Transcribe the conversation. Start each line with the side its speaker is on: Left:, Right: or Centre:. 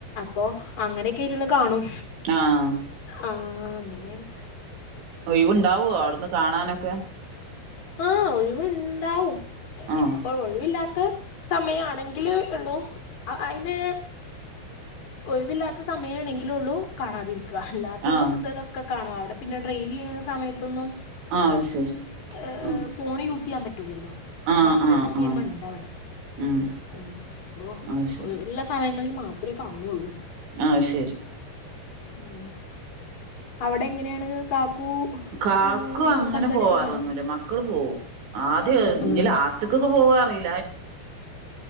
Left: പ്പൊ അങ്ങനെയൊക്കെ ഇരുന്ന് കാണും
Right: ആഹ്
Left: ആഹ് അങ്ങനെണ്
Right: ഒയിവുണ്ടാവോ അവിട്ന്ന് കാണാനൊക്കെ
Left: ആഹ് ഒഴിവുണ്ടാവും
Right: ആഹ്
Left: എപ്പോഴും ഒഴിവില്ലാത്തെ സമയ ആണെങ്കിൽ ഉള്ളൂ അയിന് ഒഴിവില്ലാത്ത സമയമാണെങ്കിലുള്ളൂ കാണാതിരിക്ക അല്ലാത്ത
Right: ആഹ്
Left: ഇതലൊക്കെ കാണും അവിടെ പിന്നെ ഡ്രൈവെയ്യുന്ന സമയത്തൊന്നും
Right: ആഹ് അത് ശരി
Left: ങ്
Right: ആഹ്
Left: ഫോണ് യൂസെയ്യാൻ പറ്റുല്ലല്ലോ
Right: ആഹ്
Left: അങ്ങൻ ത്തൊരു
Right: ആഹ്
Left: നിയമം
Right: ആഹ്
Left: ഇണ്ട് അവിടെ
Right: ഉം
Left: ങ് അപ്പൊ
Right: അത് ശരി
Left: ഒഴി ല്ല സമയങ്ങളിൽ മാത്രേ കാണുള്ളൂ
Right: ആഹ് ശരി
Left: ഉം. അവിടെ എങ്ങനെയാണ് കാക്കു
Right: കാക്കു
Left: ഏഹ്,
Right: അങ്ങനെ
Left: പന്തളിയൊക്കെ
Right: പോവാറൊന്നൂല്യ
Left: കാണുമോ
Right: മക്കള് പോവും ആദ്യ
Left: ആ
Right: ഇങ്ങ ചക്കൊക്കെ പോവാറിം